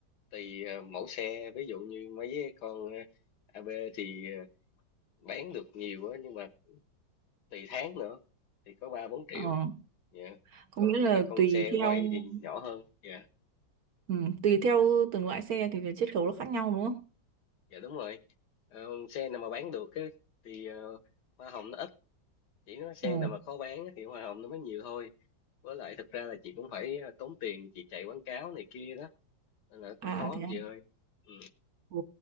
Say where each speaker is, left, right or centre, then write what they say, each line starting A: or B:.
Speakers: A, on the left; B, on the right.
A: tùy à, mẫu xe, ví dụ như mấy cái con à, AB thì à, bán được nhiều á, nhưng mà tùy tháng nữa thì có ba bốn triệu,
B: Ờ,
A: dạ.
B: có
A: Còn
B: nghĩa là
A: mấy con
B: tùy
A: xe
B: theo
A: quay thì nhỏ hơn, dạ.
B: ừ, tùy theo từng loại xe thì cái chiết khấu nó khác nhau đúng không?
A: Dạ đúng rồi. Ờ, xe nào mà bán được á, thì ờ, hoa hồng nó ít, chỉ có xe
B: Ừ.
A: nào mà khó bán á thì hoa hồng nó mới nhiều thôi. Với lại thực ra là chị cũng phải ờ, tốn tiền chị chạy quảng cáo này kia đó, nên là cũng
B: À
A: khó
B: thế
A: lắm
B: à?
A: chị ơi. Ừ.
B: Ừ.